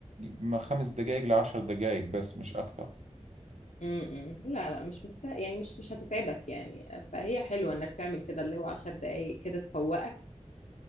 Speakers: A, on the right; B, on the left.
A: ما خمس دقائق لعشر دقائق بس مش أكثر
B: امم إمم. لا لا مش مست يعني مش مش هتتعبك يعني فهي حلوة انك تعمل كده اللي هو عشر دقايق كده تفوقك